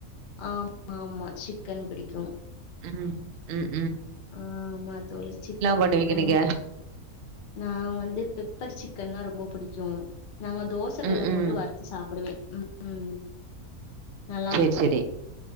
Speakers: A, on the left; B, on the right.
A: ஆமா ஆமா சிக்கன் பிடிக்கு
B: உம் உம்
A: ஆமா தோழி சிக்கன்
B: பண்ணுவீங்க
A: பிடிக்கு
B: நீங்க
A: நா வந்து பெப்பர் சிக்கன்னா ரொம்ப பிடிக்கு நாங்க தோசைகல்ல
B: ம் ம்
A: போட்டு வறுத்து சாப்பிடுவே ம் நல்லா
B: சேரி
A: இருக்கு
B: சேரி